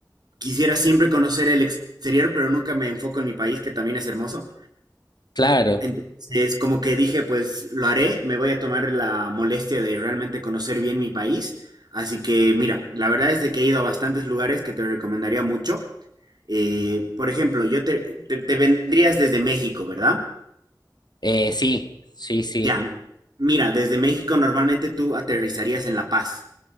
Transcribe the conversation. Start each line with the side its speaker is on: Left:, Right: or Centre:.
Right: quisiera siempre conocer el exterior, pero nunca me enfoco en mi país, que también es hermoso.
Left: claro,
Right: Entonces, como que dije, pues lo haré, me voy a tomar la molestia de realmente conocer bien mi país. Así que, mira, la verdad es de que he ido a bastantes lugares que te recomendaría mucho. Eh, por ejemplo, yo te, te- te vendrías desde México, ¿verdad?
Left: Eh, sí, sí, sí,
Right: Ya. Mira, desde México normalmente tú aterrizarías en La Paz.